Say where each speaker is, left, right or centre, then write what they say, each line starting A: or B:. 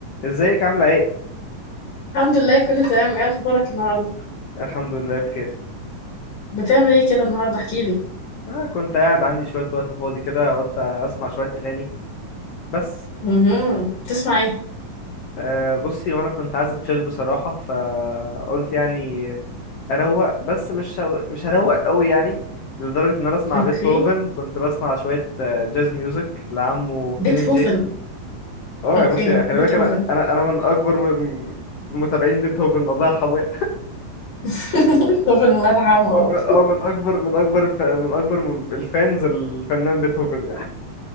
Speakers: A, on the left (about 75°); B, on the left (about 50°).
A: ازيك عاملة ايه؟
B: الحمد لله كله تمام ايه اخبارك النهارده
A: الحمد لله بخير
B: بتعمل ايه كده النهارده احكي لي
A: آه كنت قاعد عندي شوية وقت فاضي كده قلت اسمع شوية اغاني بس
B: امم تسمع ايه
A: آه بصي وانا كنت عايز اتشيل بصراحة فقلت يعني اروق بس مش هو- مش هروق قوي يعني لدرجة ان انا اسمع
B: اوكي
A: بيتهوفن كنت بسمع شوية آه، جاز ميوزك لعمه
B: بيتهوفن
A: كيني جي اه
B: اوكي
A: يا بصي خلي
B: بيتهوفن
A: بالك انا انا انا من اكبر م- متابعين بيتهوفن الله يرحمه
B: <laughs> بيتهوفن الله يرحمه
A: اه
B: اه
A: من آه، من اكبر من اكبر الف- من اكبر الفانز الفنان بيتهوفن